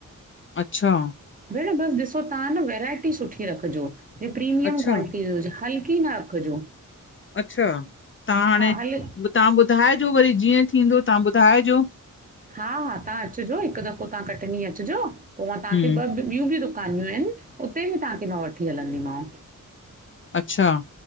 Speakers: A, on the left (about 40°); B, on the right (about 25°).
A: अच्छा
B: भेण बस ॾिसो तव्हां न वैरायटी सुठी रखजो ह प्रीमियम
A: अच्छा
B: क्वालिटी हुजे हल्की न कजो
A: अच्छा तव्हां हाणे
B: हल
A: तव्हां ॿुधाइजो वरी जीअं थींदो तव्हां ॿुधाइजो।
B: हा हा तव्हां अचजो हिक दफ़ो तव्हां कटनी अचजो पो मां तव्हांखे
A: हम्म
B: ॿ ॿियूं बि दुकानियूं आहिन उते बि तव्हांखे मां वठी हलंदीमांव।
A: अच्छा